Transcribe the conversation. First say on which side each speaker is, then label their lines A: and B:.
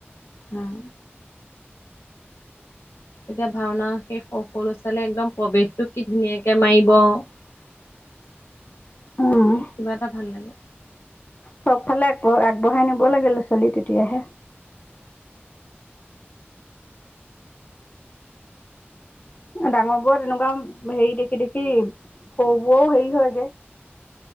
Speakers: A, on the left; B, on the left.
A: উম' এতিয়া ভাওনা সেই সৰু ছোৱালে একদম প্ৰৱেশটো কি ধুনীয়াকে এ মাইব কিবা
B: উম,
A: এটা ভাল লাগে৷
B: চবফালে আগ আগবঢ়াই নিব লাগেল চলি তেতিয়াহে ডাঙৰ বোৰ তেনেকুৱা হেৰি দেখি দেখি সৰু বোৰও হেৰি হয়গে।